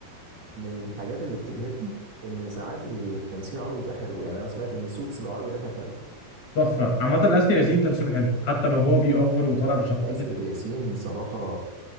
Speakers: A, on the right; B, on the left.
A: من الحاجات اللي بتبهرني إن ساعات التمثيل العربي بيبقى حلو يعني أنا سمعت إن السوتس بالعربي ده كان حلو
B: تحفه عامه اسر ياسين تمثيله حلو حتى لو هو بيأفور وطالع بشخصيه
A: لا آسر ياسين صراحة